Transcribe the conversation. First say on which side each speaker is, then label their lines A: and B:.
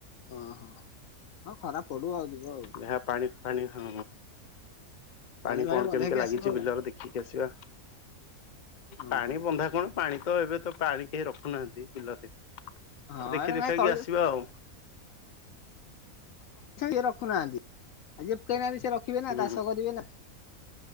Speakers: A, on the left; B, on the left.
A: ଓହୋ ହଁ ଖରାପ ପଡୁ ଆଉ ଯିବ ଆଉ।
B: ଏହା ପାଣି ହଁ ପାଣି
A: ଫାଣି
B: କଣ
A: ବନ୍ଧେଇକି
B: କେମିତି ଲାଗିଛି
A: ଆସିବ ଆଉ।
B: ବିଲର ଦେଖିକି ଆସିବା।
A: ଓହୋ
B: ପାଣି
A: ହଁ
B: ବନ୍ଧା କଣ ପାଣି ତ ଏବେ ତ ପାଣି କେହି ରଖୁନାହାନ୍ତି ବିଲରେ।
A: ହଁରେ
B: ଦେଖି ଦୁଖାକି
A: ନାଇଁ ତଲି।
B: ଆସିବା ଆଉ
A: ଏ ରଖୁନାହାନ୍ତି ଆଉ ଯିଏ ପକେ ହିନାହାନ୍ତି ସିଏ ରଖିବେ ନା
B: ହୁଁ।
A: ଚାଷ କରିବେ ନା।